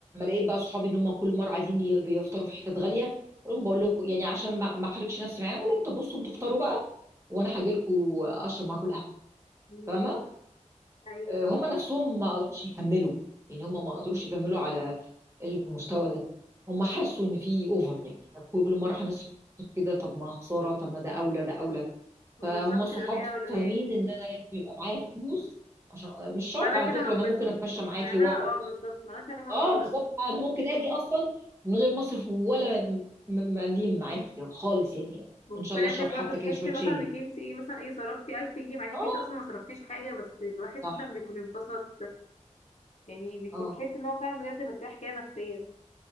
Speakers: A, on the right; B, on the left.
A: لقيت بقى صحابي ان هم كل مره عايزين ي- يفطروا في حتت غاليه اقول لهم بقول لكم يعني عشان ما ما احرجش نفسي معاهم اقول لهم طب بصوا انتوا افطروا بقى وانا هاجي لكم اشرب معاكم القهوه
B: مم.
A: فاهمه
B: ايوه
A: آه، هم نفسهم ما قدروش يكملوا يعني هم ما قدروش يكملوا على المستوى ده هم حسوا
B: مم.
A: ان في اوفر يعني طب كل مره هنصرف كده طب ما خساره طب ما ده اولى ده اولى
B: وبالظبط
A: فهم الصحاب
B: بيبقى فيه أولويات
A: فاهمين ان انا لازم يبقى معايا فلوس عشان مش شرط
B: فأنا
A: على
B: كده
A: فكره
B: هنبسط
A: انا ممكن اتمشى
B: مع
A: معاكي
B: إنها
A: واقعد
B: اه بالظبط ملهاش علاقة
A: اه
B: خالص
A: بالظبط انا ممكن اجي اصلا من غير مصرف ولا م- م- مليم معاكي خالص يعني
B: وفي
A: ان شاء الله
B: الاخر
A: اشرب حتى
B: برضو تحسي
A: كده شويه
B: مثلا
A: شاي
B: انك انت ايه مثلا ايه صرفتي 1000 جنيه مع انك
A: اه
B: انت اصلا ما صرفتيش حاجه بس الواحد
A: صح
B: مثلا بيكون انبسط يعني بيكون
A: اه
B: تحس ان هو فعلا بجد مرتاح كده نفسيا